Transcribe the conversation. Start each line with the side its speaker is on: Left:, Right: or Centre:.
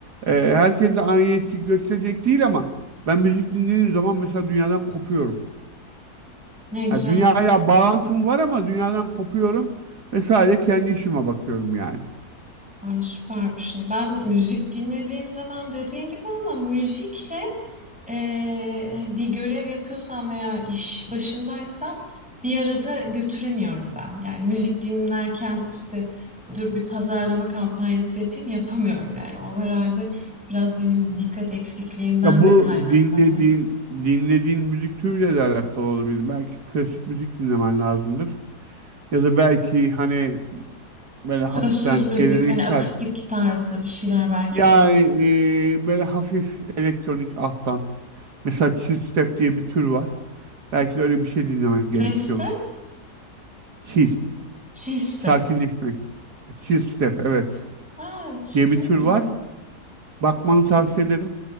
Right: E, herkes de aynı etki gösterecek değil ama ben müzik dinlediğim zaman mesela dünyadan kopuyorum.
Centre: Ne güzel.
Right: Ha, dünyaya bağlantım var ama dünyadan kopuyorum ve sadece kendi işime bakıyorum yani.
Centre: Ay, süper bir şey. Ben müzik dinlediğim zaman dediğin gibi ama müzikle Eee, hani, bir görev yapıyorsam veya iş başındaysam bir arada götüremiyorum ben. Yani müzik dinlerken işte dur bir pazarlama kampanyası yapayım <laughs> yapamıyorum. Yani o herhalde biraz benim dikkat eksikliğimden
Right: Ya bu
Centre: de kaynaklanıyor.
Right: dinlediğin dinlediğin müzik türüyle de alakalı olabilir. Belki klasik müzik dinlemen lazımdır. Ya da belki hani böyle
Centre: Sözsüz
Right: hafiften
Centre: müzik,
Right: geleneksel.
Centre: hani akustik tarzda bir şeyler belki
Right: Yani
Centre: olur.
Right: e, böyle hafif elektronik alttan. Mesela chill step diye bir tür var. Belki de öyle bir şey dinlemen gerekiyor.
Centre: Leste,
Right: Chill.
Centre: çiste.
Right: Sakinleşmek. Chill step evet.
Centre: Ha, hiç
Right: Diye bir
Centre: duymadım.
Right: tür var. Bakmanı tavsiye ederim.